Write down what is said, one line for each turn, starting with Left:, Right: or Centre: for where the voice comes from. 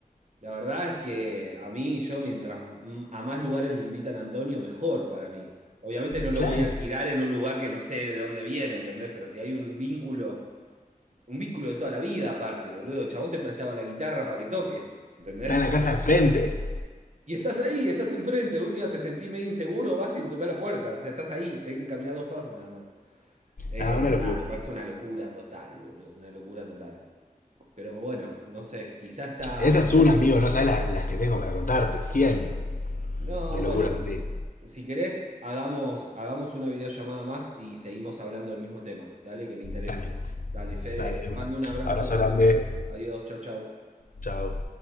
Right: La verdad es que a mí, yo mientras m- a más lugares lo invitan a Antonio, mejor para mí. Obviamente no lo
Left: Claro.
Right: voy a tirar en un lugar que no sé de dónde viene, ¿entendés? Pero si hay un vínculo, un vínculo de toda la vida aparte, boludo. El chabón te prestaba la guitarra para que toques, ¿entendés?
Left: Está en la casa de frente.
Right: Y estás ahí, estás enfrente, de última te sentís medio inseguro, vas y le tocás la puerta, o sea, estás ahí, tenés que caminar dos pasos nada más. Eh,
Left: Ah, una locura.
Right: nada, me parece una locura total, boludo, una locura total. Pero bueno, no sé, quizás está...
Left: Esa es una, amigo, no sabes la- las que tengo para contarte. 100
Right: No,
Left: de
Right: bueno,
Left: locuras así.
Right: si querés, hagamos, hagamos una videollamada más y seguimos hablando del mismo tema. Dale, que me interesa.
Left: Dale,
Right: Dale, Fede,
Left: dale,
Right: te
Left: de una.
Right: mando un abrazo
Left: Abrazo
Right: grande.
Left: grande.
Right: Adiós, chau, chau.
Left: Chao.